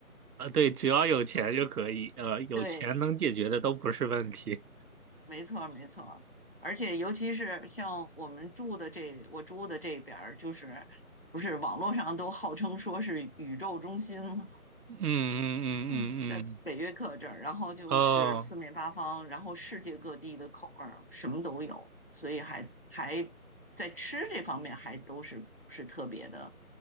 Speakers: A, on the right; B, on the left.
A: 啊，对，只要有钱就可以，
B: 都可
A: 呃，有钱能解决的都不是问题。
B: 对，没错儿没错儿。而且尤其是像我们住的这，我住的这边儿，就是不是网络上都号称说是宇宙中心吗？
A: 嗯嗯嗯嗯嗯，
B: 嗯，在北约克这儿，然后就是四面八方，
A: 哦，
B: 然后世界各地的口味儿什么都有，所以还还在吃这方面还都是是特别的，